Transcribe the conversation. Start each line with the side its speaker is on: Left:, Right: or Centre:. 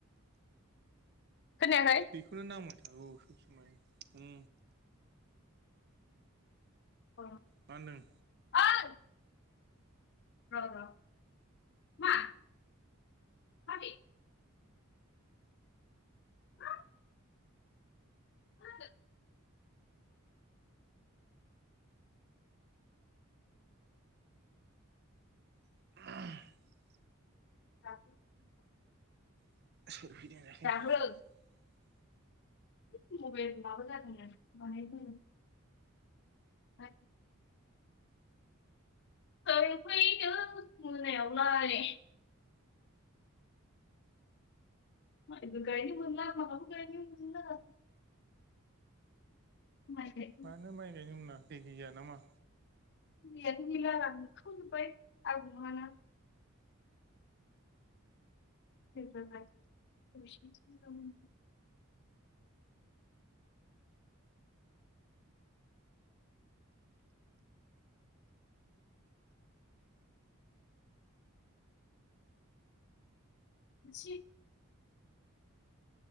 Left: खोनायाखै
Right: थैखौनो नांबाय थागौ सब समाय उ
Left: <inaudible>
Right: मा होनदों?
Left: ओइ <inaudible> मा <inaudible>
Right: <inaudible>
Left: <inaudible>
Right: <inaudible>
Left: दाहो <inaudible> <inaudible> <inaudible> <inaudible> माइ गायखां
Right: मानो माइ गायनो मोना दै गैया नामा?
Left: <inaudible> <inaudible> <inaudible>